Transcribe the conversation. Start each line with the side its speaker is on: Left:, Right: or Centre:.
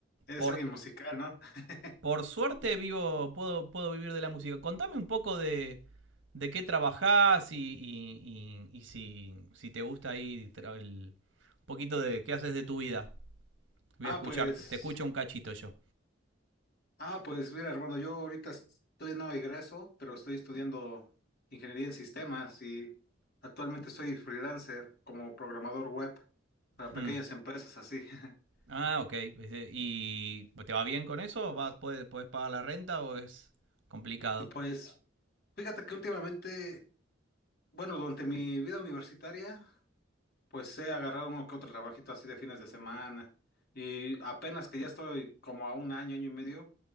Left: eres
Right: Por,
Left: alguien musical, ¿no? <laughs>
Right: Por suerte vivo, puedo, puedo vivir de la música. Contame un poco de, de qué trabajás y, y- y- y si, si te gusta ahí el- un poquito de qué haces de tu vida. Voy
Left: Ah,
Right: a escucharte,
Left: pues,
Right: te escucho un cachito yo.
Left: ah, pues, mira, hermano, yo ahorita estoy no egreso, pero estoy estudiando ingeniería en sistemas y actualmente soy freelancer como programador web para
Right: Hmm.
Left: pequeñas empresas así. <laughs>
Right: Ah, ok. ¿Y te va bien con eso? ¿Vas, puedes, puedes pagar la renta o es complicado?
Left: Pues, fíjate que últimamente, bueno, durante mi vida universitaria Pues he agarrado uno que otro trabajito así de fines de semana y apenas que ya estoy como a un año, año y medio,